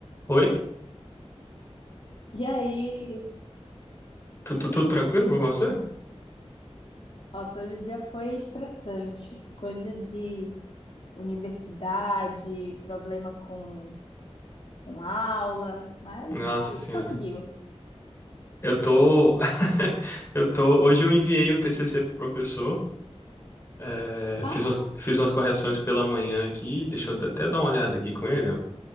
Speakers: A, on the left; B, on the left.
A: Oi?
B: E aí,
A: Tu- tu- Tudo, tranquilo com você?
B: nossa, hoje o dia foi estressante. Coisas de universidade, problema com, com aula, mas
A: Nossa
B: a gente
A: senhora.
B: conseguiu.
A: Eu tô. <laughs> Eu tô. Hoje eu enviei o TCC pro professor. é,
B: Ah,
A: Fiz umas, fiz umas correções pela manhã aqui. Deixa eu até dar uma olhada aqui com ele, ó.